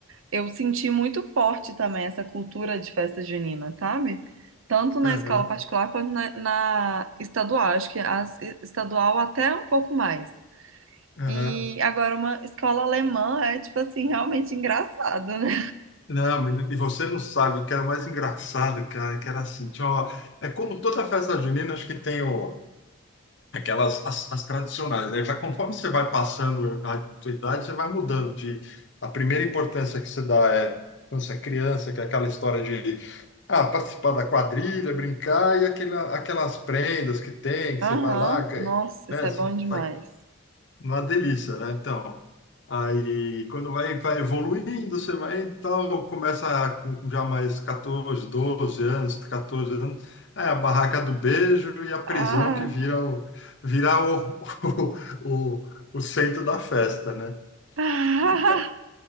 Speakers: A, on the right; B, on the left.
A: eu senti muito forte também essa cultura de festa junina, sabe? Tanto na
B: Aham,
A: escola particular quanto na, na estadual. Acho que a estadual até um pouco mais.
B: aham.
A: E agora, uma escola alemã é, tipo assim, realmente engraçado, né?
B: Não, menino, e você não sabe o que era mais engraçado, cara, que era assim, tinha uma- é como toda festa junina, acho que tem o, aquelas, as, as tradicionais, né? Já conforme você vai passando a tua idade, você vai mudando de, a primeira importância que você dá é, quando você é criança, que é aquela história de, ah, participar da quadrilha, brincar, e aquela, aquelas prendas que tem,
A: <laughs>
B: que
A: Aham,
B: você vai lá, ganha,
A: Nossa, isso
B: né?
A: é
B: Você
A: bom demais.
B: vai uma delícia, né? Então, aí quando vai, vai evoluindo, você vai, então, começa com já mais 14, 12 anos, 14 anos, é a barraca do beijo e a prisão
A: Ah,
B: que vira o, vira o, <laughs> o, o, o centro da festa, né?
A: <laughs>
B: E